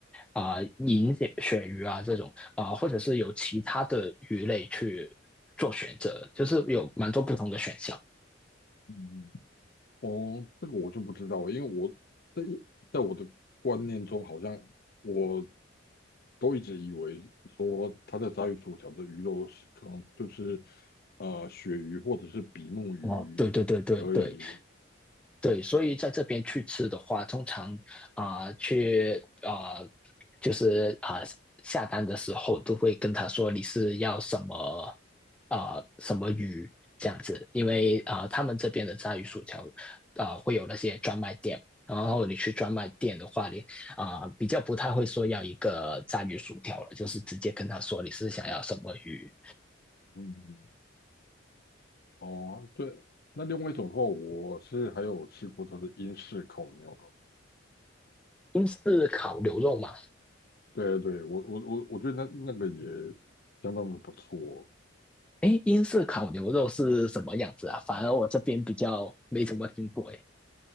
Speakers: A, in the centre; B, on the left.
A: 啊、呃银鳕鱼啊这种啊、呃或者是有其他的鱼类去做选择，就是有蛮多不同的选项。
B: 嗯，哦，这个我就不知道了，因为我在一在我的观念中，好像我都一直以为说他在炸鱼薯条的鱼肉是可能就是呃鳕鱼或者是比目鱼
A: 哦，对对对对对，
B: 而已，
A: 对，所以在这边去吃的话，通常啊、呃去啊、呃就是啊、呃下单的时候都会跟他说你是要什么啊、呃什么鱼这样子，因为啊、呃他们这边的炸鱼薯条啊、呃会有那些专卖店，然后你去专卖店的话，你啊、呃比较不太会说要一个炸鱼薯条了，就是直接跟他说你是想要什么鱼，
B: 嗯，哦，对，那另外一种的话，我是还有吃过它的英式烤牛肉。
A: 英式烤牛肉嘛，
B: 对对，我我我我觉得那那个也相当的不错。
A: 哎，英式烤牛肉是什么样子啊？反而我这边比较没怎么听过。哎，